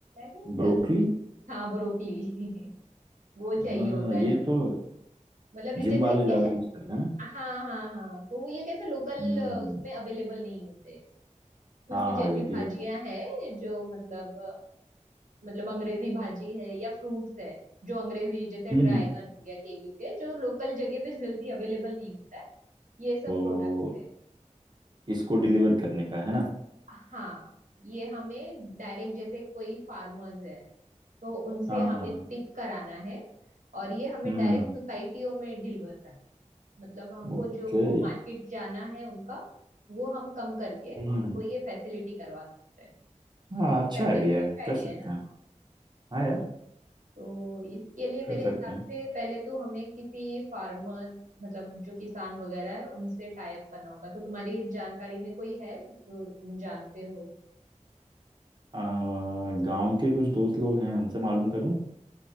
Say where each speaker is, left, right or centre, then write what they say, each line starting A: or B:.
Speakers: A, on the right (about 85°); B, on the right (about 35°).
A: कहते
B: ब्रोकली
A: हैं उस- हाँ ब्रोकली <laughs> वो चाहिए
B: आ,
A: होता है
B: ये
A: लोग
B: तो
A: मतलब
B: जिम
A: जैसे
B: वाले
A: कि
B: ज्यादा
A: है-
B: यूज करते हैं ना
A: हाँ हाँ हाँ तो वो ये कैसे लोकल
B: हम्म
A: उसमें अवेलेबल नहीं होते कुछ
B: हाँ
A: कुछ
B: हाँ
A: ऐसी
B: ये भी
A: भाजियां
B: है
A: हैं जो मतलब मतलब अंग्रेजी भाजी है या फ्रूट्स है जो अंग्रेजी जैसे
B: हम्म
A: ड्रैगन हो गया कीवी हो गया जो लोकल जगह पे जल्दी अवेलेबल नहीं होता है ये सब
B: तो
A: प्रोडक्ट्स है
B: इसको डिलीवर करने का है ना
A: हाँ ये हमें डायरेक्ट जैसे कोई फार्मर्स है तो उनसे
B: हाँ
A: हमें
B: हाँ हाँ
A: पिक कराना है और ये हमें
B: हम्म
A: डायरेक्ट सोसाइटियों में डिलीवर करना है मतलब हमको
B: ओके
A: जो वो मार्केट जाना है उनका वो हम कम करके
B: हम्म
A: उनको ये फैसिलिटी करवा सकते हैं
B: हाँ अच्छा
A: क्या कहते
B: आइडिया
A: हो अच्छा
B: है
A: आइडिया
B: कर सकते
A: है
B: हैं हाँ यार
A: तो इसके लिए मेरे
B: कर
A: हिसाब
B: सकते हैं
A: से पहले तो हमें किसी फार्मर मतलब जो किसान वगैरह है उनसे टाई अप करना होगा तो तुम्हारी जानकारी में कोई है जो तुम जानते हो
B: आ, गांव के कुछ दोस्त लोग हैं उनसे मालूम करूं